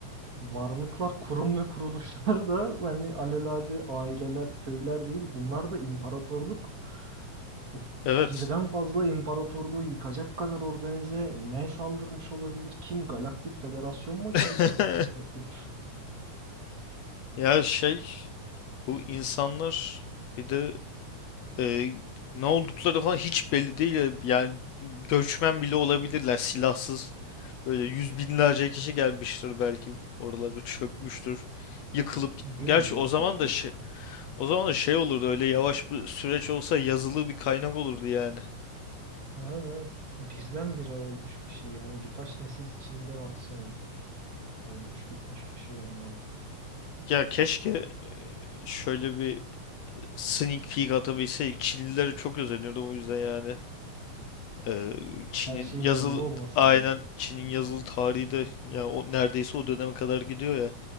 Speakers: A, on the right; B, on the left.
A: varlıklar, kurum ve kuruluşlar da hani alelade aileler, köyler değil bunlar da imparatorluk. Bu
B: <laughs>
A: birden
B: Evet.
A: fazla imparatorluğu yıkacak kadar organize ne saldırmış olabilir? Kim? Galaktik Federasyon mu
B: <laughs>
A: geldi anasını satayım?
B: Ya şey bu insanlar bir de e, ne oldukları falan hiç belli değil. ya. Yani göçmen bile olabilirler silahsız. Böyle yüz binlerce kişi gelmiştir belki oralarda çökmüştür. Yıkılıp git.
A: Değil
B: Gerçi
A: mi botlarla?
B: o zaman da şey o zaman da şey olurdu öyle yavaş bir süreç olsa yazılı bir kaynak olurdu yani.
A: Evet evet. Birdenbire olmuş bir şey yani birkaç nesil içinde maksimum. Olmuş bitmiş bir şey olmalı.
B: Ya keşke e, şöyle bir sneak peek atabilseydik. Çinlilere çok özenirdim o yüzden yani. Eee, Çin'in
A: Her şeyin
B: yazılı
A: yazılı olmasından
B: aynen
A: mı?
B: Çin'in yazılı tarihi de ya o neredeyse o döneme kadar gidiyor ya.